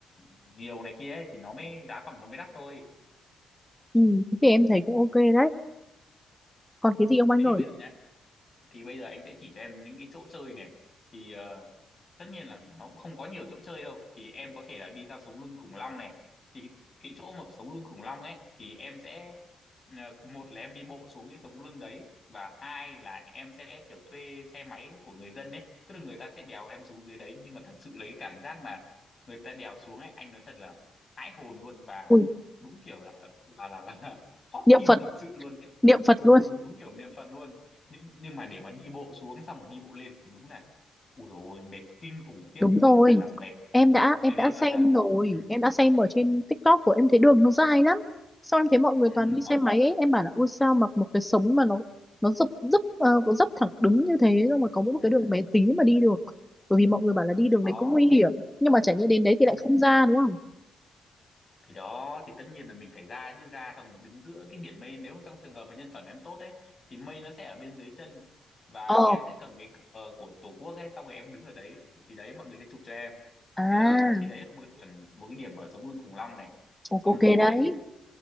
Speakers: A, on the left; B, in the centre.
A: nhiều này kia ấy, thì nó mới giá phòng nó mới đắt thôi
B: Ừ, thế thì em thấy cũng ok đấy. Còn
A: Ừ.
B: cái gì ông anh
A: thế thì
B: ơi?
A: bây giờ nhá thì bây giờ anh sẽ chỉ cho em những cái chỗ chơi này thì ờ, tất nhiên là nó cũng không có nhiều chỗ chơi đâu thì em có thể là đi ra sống lưng khủng long này thì cái, cái chỗ mà sống lưng khủng long ấy thì em sẽ ờ, một là em đi bộ xuống cái sống lưng đấy và hai là em sẽ kiểu thuê xe máy của người dân ấy tức là người ta sẽ đèo em xuống dưới đấy nhưng mà thật sự lấy cái cảm giác mà người ta đèo xuống ấy anh nói thật là hãi hồn luôn và
B: Ui,
A: đúng kiểu là là là, là, là hot
B: niệm
A: tim
B: Phật,
A: thật sự luôn ấy
B: niệm Phật
A: ừ
B: luôn.
A: đúng kiểu niệm Phật luôn nhưng nhưng mà để mà đi bộ xuống xong rồi đi bộ lên thì đúng là ui rồi mệt kinh khủng khiếp
B: Đúng rồi.
A: chứ không phải là mệt
B: em đã em
A: thế nên
B: đã
A: là
B: xem rồi
A: ừ,
B: em đã xem ở trên TikTok của em thấy đường nó dài lắm sau em thấy mọi người
A: ừ,
B: toàn đi
A: nó
B: xe máy ấy em bảo là ui sao mặc một cái sống mà nó nó dốc dốc ờ, có dốc thẳng đứng như thế xong rồi có mỗi một
A: ừ,
B: cái đường bé tí mà đi được bởi vì mọi người bảo là đi đường
A: thì đó
B: đấy cũng nguy hiểm nhưng mà chả nhẽ đến đấy thì
A: ừ.
B: lại không ra đúng không
A: thì đó thì tất nhiên là mình phải ra chứ ra xong mình đứng giữa cái biển mây nếu mà trong trường hợp mà nhân phẩm em tốt ấy thì mây nó sẽ ở bên dưới chân và
B: ờ
A: em sẽ cầm cái cờ của tổ quốc ấy xong rồi em đứng ở đấy thì đấy mọi người sẽ chụp cho em
B: à
A: nhưng mà, thì đấy là một cái điểm một cái điểm ở sống lưng khủng long này
B: ồ,
A: còn
B: ok
A: một cái điểm
B: đấy